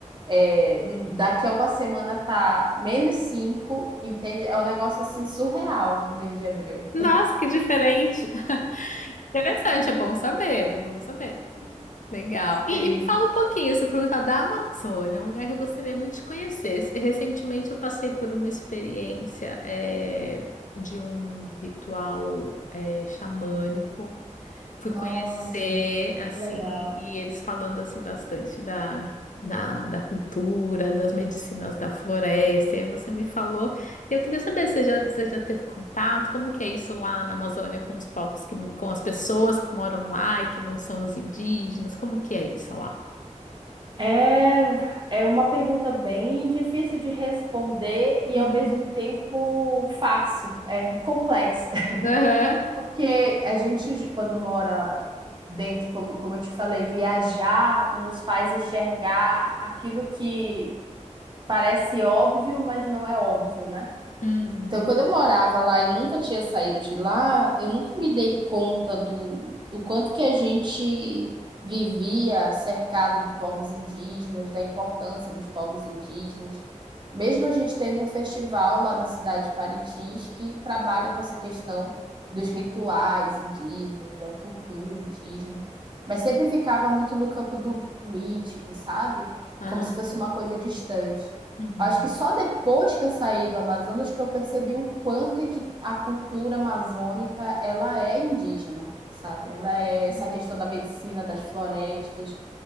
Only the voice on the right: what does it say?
é, daqui a uma semana tá menos cinco entende? É um negócio assim surreal, o mês de abril.
Sim.
Nossa,
que legal.
É, é uma pergunta bem difícil de responder e
ao mesmo tempo fácil, é complexa.
Porque a gente, quando mora lá dentro, como, como eu te falei, viajar nos faz enxergar aquilo que parece óbvio, mas não é óbvio, né?
Então, quando eu morava lá e nunca tinha saído de lá, eu nunca me dei conta do, do quanto que a gente vivia cercado de povos indígenas, da importância dos povos indígenas. Mesmo a gente tendo um festival lá na cidade de Parintins que trabalha com essa questão dos rituais indígenas, da cultura indígena, mas sempre ficava muito no campo do mítico, sabe?
Como se fosse
uma coisa distante.
Acho que só depois que eu saí do Amazonas que eu percebi o quanto é que a cultura amazônica ela é indígena, sabe? Ela é essa
questão da medicina das florestas.